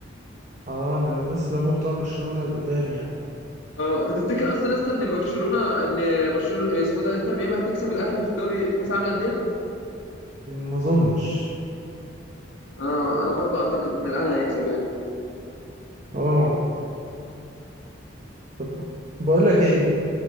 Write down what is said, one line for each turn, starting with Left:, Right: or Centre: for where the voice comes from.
Right: اه من الناس اللي هم بتوع برشلونة القدام يعني
Left: اه انت تفتكر اصلا اصلا ان برشلونه ان برشلونه اسمه إيه ده انتر ميامي هتكسب الاهلي في دوري في كاس العالم للانديه
Right: ما اظنش
Left: اه انا برضه اعتقد ان الاهلي هيكسب يعني
Right: اه طب بقول لك ايه